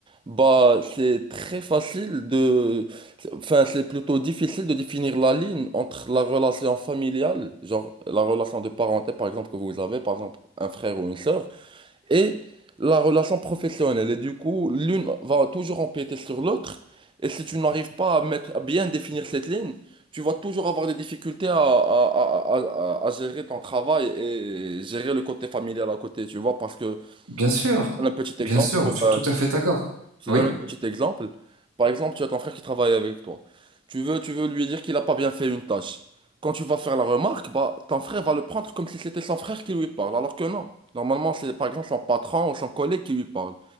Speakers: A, on the right; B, on the right.
A: bah, c'est très facile de... c'est- Enfin, c'est plutôt difficile de définir la ligne entre la relation familiale, genre la relation de parenté, par exemple, que vous avez, par exemple, un frère ou une sœur, et la relation professionnelle. Et du coup, l'une va toujours empiéter sur l'autre. Et si tu n'arrives pas à mettre, à bien définir cette ligne, tu vas toujours avoir des difficultés à, à- à- à- à- à gérer ton travail et gérer le côté familial à côté, tu vois. Parce que,
B: bien sûr,
A: un petit
B: bien
A: exemple,
B: sûr,
A: pour,
B: je suis
A: euh,
B: tout à fait d'accord.
A: je te
B: Oui.
A: donne un petit exemple. Par exemple, tu as ton frère qui travaille avec toi. Tu veux, tu veux lui dire qu'il n'a pas bien fait une tâche. Quand tu vas faire la remarque, bah, ton frère va le prendre comme si c'était son frère qui lui parle, alors que non. Normalement, c'est par exemple son patron ou son collègue qui lui parle.